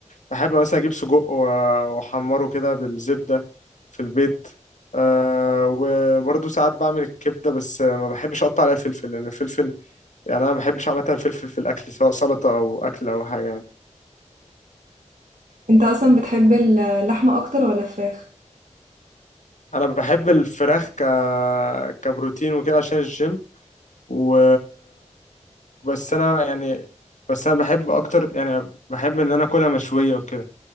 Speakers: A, on the left (about 75°); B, on the right (about 85°).
A: بحب مثلا اجيب سجق و- واحمره كده بالزبدة في البيت أه وبرضه ساعات بعمل الكبدة بس ما بحبش اقطع عليها فلفل لان الفلفل يعني انا ما بحبش عامة الفلفل في الاكل سواء سلطة او اكل او حاجة يعني
B: انت اصلا بتحب اللحمه اكتر ولا فراخ
A: انا بحب الفراخ ك... كبروتين وكده عشان الجيم و بس انا يعني بس انا بحب اكتر يعني بحب ان انا اكلها مشوية وكده